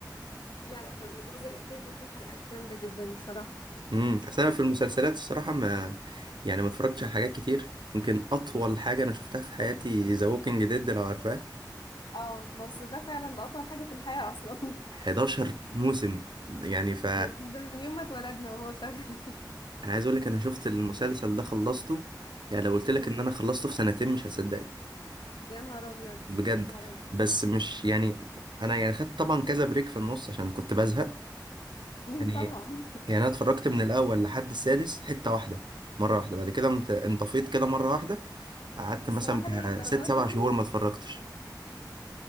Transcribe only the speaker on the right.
امم اصل انا في المسلسلات الصراحه ما يعني ما اتفرجتش على حاجات كتير يمكن اطول حاجه انا شفتها في حياتي ذا ووكينج ديد لو عارفاه
11
موسم يعني ف
انا عايز اقول لك انا شفت المسلسل ده خلصته يعني لو قلت لك
ان انا خلصته في سنتين مش هتصدق
بجد
بس مش يعني انا يعني خدت طبعا كذا بريك في النص عشان كنت بزهق
يعني
يعني انا اتفرجت من الاول لحد السادس حتة واحدة مرة واحدة بعد كده قمت انطفيت كده مرة واحدة قعدت
مثلا
بتاع
ست سبع
شهور ما اتفرجتش